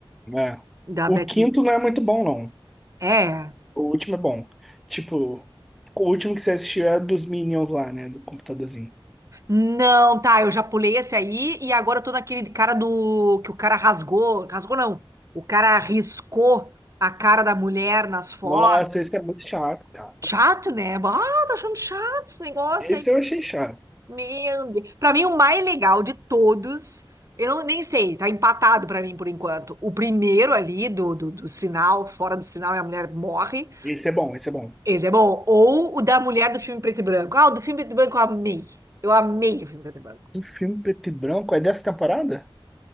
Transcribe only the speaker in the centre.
É.
O
quinto
não é muito bom, não.
O último é bom. Tipo, o último que você assistiu é dos Minions lá, né? Do computadorzinho.
Nossa, esse é muito chato, cara.
Esse
eu achei chato.
Esse é bom, esse é bom.
Do filme preto e branco, é dessa temporada?